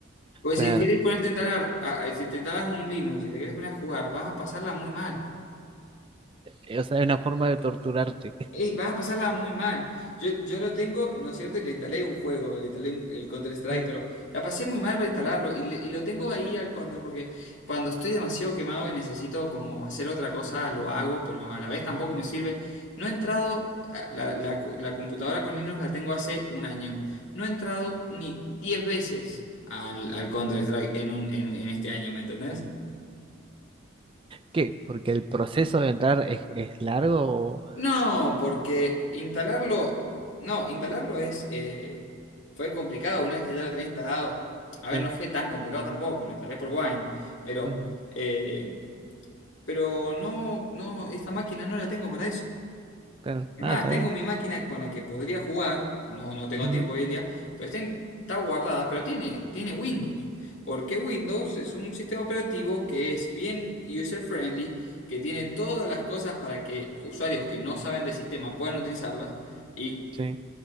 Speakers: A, on the left; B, on the right.
A: Pues
B: <laughs> claro.
A: si quieres ponerte a instalar, a- a- si te instalas un Linux, si te quieres poner a jugar, vas a pasarla muy mal.
B: Eh, O sea, es una forma de torturarte. <laughs>
A: Ey, vas a pasarla muy mal. Yo, yo lo tengo, ¿no es cierto? Y le instalé un juego, le instalé un- el Counter-Strike,
B: Sí.
A: pero la pasé muy mal para instalarlo y, le- y lo tengo ahí al Counter porque cuando estoy demasiado quemado y necesito como hacer otra cosa, lo hago, pero a la vez tampoco
B: Ujú.
A: me sirve. No he entrado, a- la, la la computadora con Linux la tengo hace un año. No he entrado ni 10 veces al, al Counter-Strike en, un- en, en este año, ¿me entendés?
B: ¿Qué? Porque el proceso de entrar es, es largo o...
A: No, porque instalarlo, no, instalarlo es, eh, fue complicado una vez que ya lo tenés instalado. A ver,
B: Sí.
A: no fue tan complicado tampoco, lo instalé por Wine, pero,
B: ujú,
A: eh, pero no, no, esta máquina no la tengo para eso.
B: Claro.
A: Es
B: Ah,
A: más,
B: está
A: tengo
B: bien.
A: mi máquina con la que podría jugar, no, no tengo
B: Ujú.
A: tiempo hoy en día, pero está, en- está guardada, pero tiene, tiene Windows. Porque Windows es un sistema operativo que es bien user-friendly, que tiene todas las cosas para que usuarios que no saben de sistema puedan utilizarlas. Y
B: Sí.